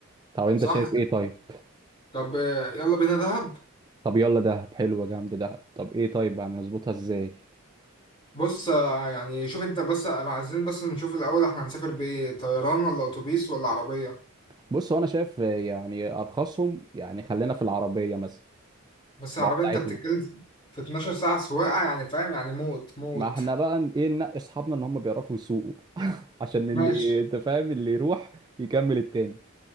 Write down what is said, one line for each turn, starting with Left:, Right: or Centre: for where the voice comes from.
Right: طب انت
Left: صح
Right: شايف ايه طيب
Left: طب آه، يلا بينا دهب
Right: طب يلا دهب حلوه جامد دهب طب ايه طيب يعني نظبطها ازاي
Left: بص آه، يعني شوف انت بس عايزين بس نشوف الاول احنا هنسافر بايه طيران ولا اتوبيس ولا عربيه
Right: بص هو انا شايف آه، يعني ارخصهم يعني خلينا في العربيه مثلا
Left: بس
Right: تبقى
Left: العربيه
Right: بتاعتنا
Left: انت بتتكلم في 12 ساعه سواقه يعني فاهم يعني موت موت
Right: ما احنا بقى ن- ايه ننقي اصحابنا ان هم بيعرفوا يسوقوا <laughs> عشان
Left: ماشي
Right: اللي انت فاهم اللي يروح يكمل التاني